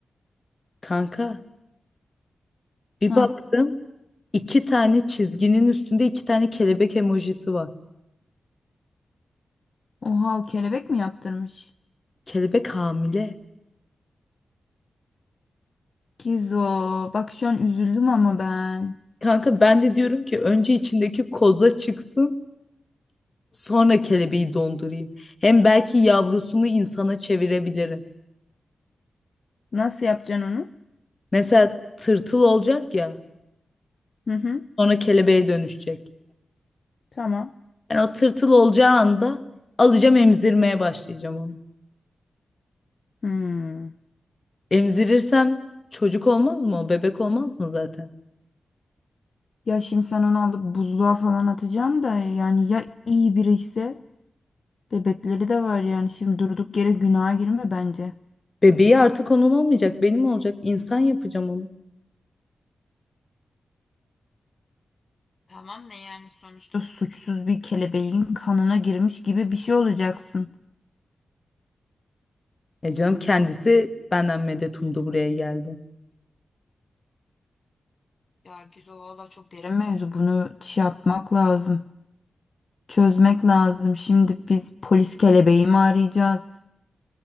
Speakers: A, on the left; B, on the left.
A: Kanka bir
B: ha.
A: baktım iki tane çizginin üstünde iki tane kelebek emojisi var.
B: Oha o kelebek mi yaptırmış?
A: Kelebek hamile.
B: Kizo, bak şu an üzüldüm ama ben.
A: Kanka ben de diyorum ki önce içindeki koza çıksın sonra kelebeği dondurayım. Hem belki yavrusunu insana çevirebilirim.
B: Nasıl yapacaksın onu?
A: Mesela tırtıl olacak ya
B: Hı hı.
A: sonra kelebeğe dönüşecek.
B: Tamam.
A: Yani o tırtıl olacağı anda alacağım emzirmeye başlayacağım onu.
B: Hmm.
A: Emzirirsem çocuk olmaz mı o? Bebek olmaz mı zaten?
B: Ya şimdi sen onu alıp buzluğa falan atacaksın da yani ya iyi biri ise bebekleri de var yani şimdi durduk yere günaha girme bence.
A: Bebeği artık onun olmayacak, benim olacak. İnsan yapacağım onu.
B: Tamam ne yani sonuçta İşte suçsuz bir kelebeğin kanına girmiş gibi bir şey olacaksın.
A: E canım kendisi benden medet umdu buraya geldi.
B: ya Gizo valla çok derin mevzu bunu şey yapmak lazım. Çözmek lazım. Şimdi biz polis kelebeği mi arayacağız?